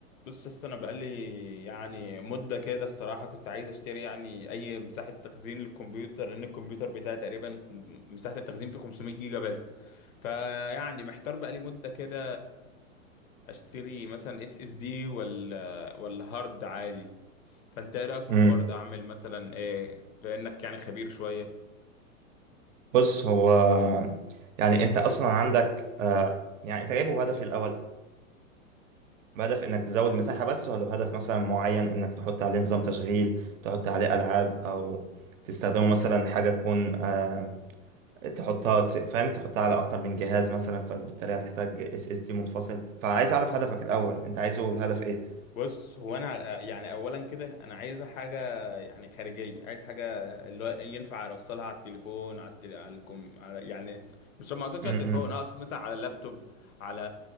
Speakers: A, on the left; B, on the right.
A: بص يا اسطى انا بقالي يعني مده كده الصراحه كنت عايز اشتري يعني اي مساحه تخزين للكمبيوتر لان الكمبيوتر بتاعي تقريبا خم... مساحه التخزين فيه 500 جيجا بس فيعني محتار بقالي مده كده اشتري مثلا اس اس دي ولا ولا هارد عادي فانت ايه رايك في
B: مم.
A: الحوار ده اعمل مثلا ايه بانك يعني خبير شويه
B: بص هو يعني انت اصلا عندك آه يعني انت جايبه بهدف إيه الاول بهدف انك تزود مساحة بس ولا بهدف مثلا معين انك تحط عليه نظام تشغيل تحط عليه العاب او تستخدمه مثلا حاجة تكون آه تحطها ت- فاهم تحطها على اكتر من جهاز مثلا فبالتالي هتحتاج اس اس دي منفصل فعايز اعرف هدفك الاول انت عايزه الهدف ايه
A: بص هو انا يعني اولا كده انا عايزه حاجه يعني خارجيه عايز حاجه اللي هو ينفع اوصلها على التليفون على التل... على, الكم... على يعني مش ما اقصدش
B: امم
A: على التليفون اقصد مثلا على اللابتوب على